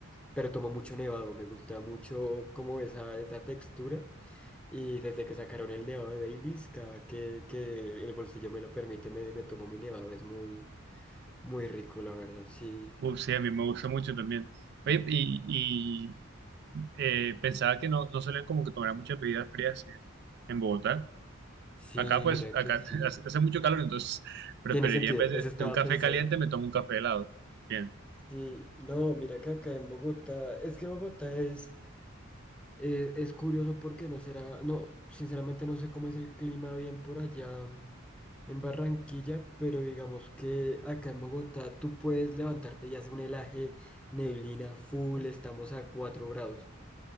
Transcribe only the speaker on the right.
Uf, sí, a mí me gusta mucho también. Oye, y, eh, pensaba que no, no solían como que tomar muchas bebidas frías en, en Bogotá.
Acá pues,
acá
<laughs> hace hace mucho calor, entonces preferiría
en vez de,
de un café
caliente me tomo un café helado. Bien.